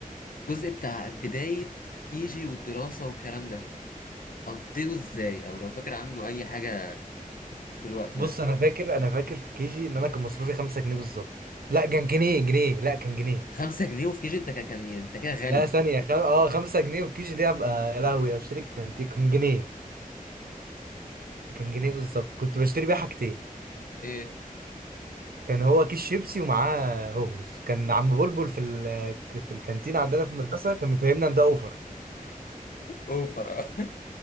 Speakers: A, on the left; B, on the right.
A: الجزء بتاع بدايه كيجي والدراسه والكلام ده قضيته ازاي او لو فاكر عنه اي حاجه في الوقت
B: بص
A: ده
B: انا فاكر انا فاكر في كيجي ان انا كان مصروفي 5 جنيه بالظبط لا كان جنيه جنيه لا كان جنيه
A: خمسة جنيه وفي كيجي انت كان كان- ايه؟ انت كده غني
B: لا ثانيه خم... اه 5 جنيه في كيجي دي ابقى يا لهوي اشتري كان كان جنيه كان جنيه بالظبط كنت بشتري بيها حاجتين
A: ايه
B: كان هو كيس شيبسي ومعاه هوز كان عم بلبل في ال... في الكانتين عندنا في المدرسه كان مفهمنا ان ده اوفر
A: اوفر <laughs> آه.